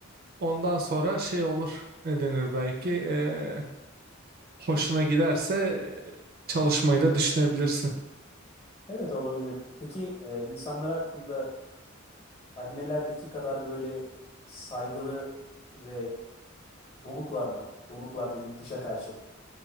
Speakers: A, on the right; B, on the left.
A: Ondan sonra şey olur. Ne denir belki? e, hoşuna giderse çalışmayı da düşünebilirsin.
B: Evet olabilir. Peki e, insanlara hakkında animelerdeki kadar böyle saygılı ve donuklar mı? Donuklar dediğim dışa karşı.